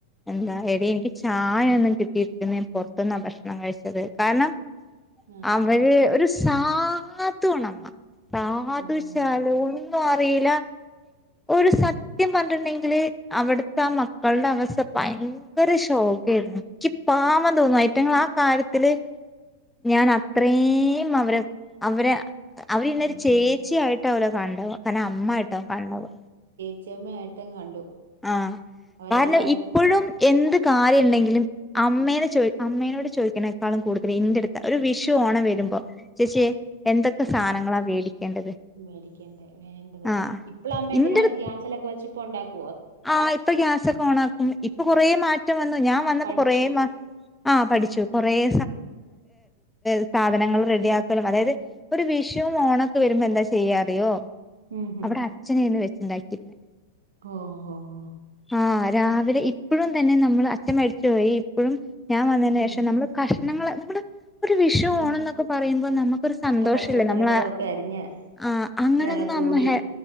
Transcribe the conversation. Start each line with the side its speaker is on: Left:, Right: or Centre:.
Centre: എന്താ
Right: ആഹ്
Centre: എടി എനിക്ക് ചായ ഒന്നും കിട്ടിയിട്ടരിക്കുന്ന ഞാൻ പൊർത്തുന്നാ ഭക്ഷണം കഴിച്ചത് കാരണം
Right: ആഹ്
Centre: അവര്
Right: ആഹ്
Centre: ഒരു സാധുവണമ്മ സാധുശാലും
Right: ഓഹോ
Centre: ന്നും അറീല ഒരു സത്യം പറഞ്ഞിട്ടുണ്ടെങ്കില് അവിടുത്തെ ആ മക്കളുടെ അവസ്ഥ ഭയങ്കര ശോകാണ് ഓ എനിക്ക് പാവം തോന്നുന്നു അയ്റ്റങ്ങ ആ കാര്യത്തില് ഞാൻ അത്രയും അവരെ അവരെ അവര് ഇന്നൊരു
Right: ഓഹോ
Centre: ചേച്ചിയിട്ട്
Right: ഹോ
Centre: അവര് എന്നെ കാണുന്നത് കനെ അമ്മായിട്ടോ കാണുന്നത്
Right: ച്ചമയ ഐട്ടം കണ്ടു
Centre: ആഹ
Right: അവരെല്ലാരും
Centre: കാരണം ഇപ്പോഴും എന്ത് കാര്യം ഉണ്ടെങ്കിലും അമ്മേ ചോദ അമ്മേയോട് ചോദിക്കതിനേക്കളും കൂടുതൽ ഇനെടുത്ത ഒരു വി ച ഓണം വരുമ്പോ
Right: ആഹ്
Centre: ചേച്ചി എന്തൊക്കെ സാധനങ്ങളാ വേടിക്കേണ്ടത്
Right: മേടിക്കേണ്ടേ വേണ്ടത്
Centre: ആഹ്
Right: ഇപ്പോഴും അമ്മ എന്തെലും
Centre: ഇന്റെടു
Right: ഗ്യാസിലൊക്കെ വെച്ചപ്പോ ഉണ്ടാക്കും
Centre: ആഹ് ഇപ്പൊ ഗ്യാസൊക്കെ ഓണക്കും ആക്കും ഇപ്പൊ കൊറ മാറ്റം വന്നു ഞാൻ വന്നപ്പോ
Right: പഠിച്ചു
Centre: കൊറ ആ പഠിച്ചു കൊറ ഏ
Right: ഉം
Centre: സ്ഥാപനങ്ങൾ റെഡിയ ആക്കലും അതായത് ഒരു വിഷുവും ഓണൊക്കെ വരുമ്പോ എന്താ ചെയ്യാറിയോ
Right: ഉം
Centre: അവിടെ അച്ഛനന്ന് വെച്ചുണ്ടാക്കിരന്ന്
Right: ഓഹ് ഓഹ്
Centre: ആ രാവിലെ ഇപ്പഴും തന്നെ നമ്മള് അച്ഛൻ മരിച്ചു പോയി ഇപ്പഴും ഞാൻ വന്നതിനു
Right: ഉം
Centre: ശേഷം
Right: ഉം
Centre: നമ്മള് കഷ് നിങ്ങള് നമ്മള് ഒരു വിഷു
Right: ഉം
Centre: ഓണന്നൊക്കെ പറയുമ്പോ നമുക്കൊരു സന്തോഷല്ലേ
Right: കൊറെ പച്ചക്കറികളും
Centre: നമ്മള
Right: ഒക്കെ അരിഞ്ഞ്
Centre: ആ അങ്ങനൊന്നു
Right: എല്ലാരും കൂടി
Centre: അമ്മ ഹെ